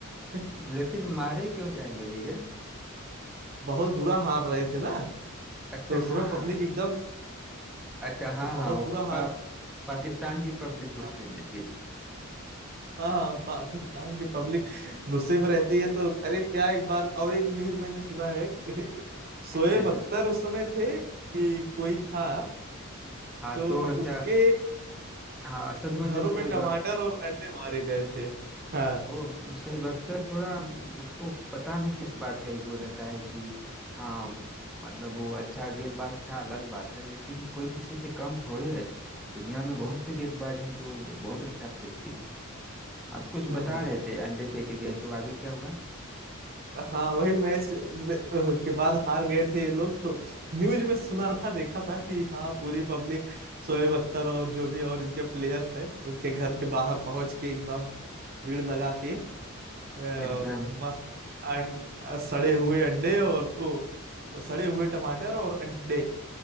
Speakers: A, on the right; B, in the centre.
A: <laughs>
B: लेकिन मारे क्यों जाएंगे भैया
A: बहुत बुरा हार रहे थे ना
B: अच्छा
A: तो उस
B: हाँ
A: समय पब्लिक एकदम
B: अच्छा हाँ
A: बहुत
B: हाँ वो
A: बुरा हार
B: पा, पाकिस्तान की पब्लिक गुस्से
A: था।
B: में थी
A: हाँ पाकिस्तान की पब्लिक गुस्से में रहती है तो अरे क्या एक बार और एक न्यूज मैंने सुना है कि शोएब
B: <laughs>
A: अख्तर उस समय थे कि कोई था
B: हाँ
A: तो
B: तो अच्छा
A: उसके
B: हाँ असल में
A: घरों
B: जो शोएब
A: पे टमाटर
B: अख-
A: और अंडे मारे गए थे हाँ
B: वो शोएब अख्तर थोड़ा उसको पता नहीं किस बात का ईगो रहता है कि हाँ मतलब वो अच्छा गेंदबाज था अलग बात है लेकिन कोई किसी से कम थोड़े है दुनिया में बहुत से गेंदबाज हैं जो बहुत अच्छा फेंकते हैं हाँ तो कुछ
A: हम्म
B: बता रहे थे अंडे फेंके गए तो आगे क्या हुआ
A: हाँ वही मैच में- के बाद हार गए थे ये लोग तो न्यूज में सुना था देखा था कि हाँ पूरी पब्लिक शोएब अख्तर और जो भी और इनके प्लेयर्स हैं उनके घर के बाहर पहुंच के एकदम भीड़ लगा के और
B: एकदम
A: मस्त अं- सड़े हुए अंडे और ओ, सड़े हुए टमाटर और अंडे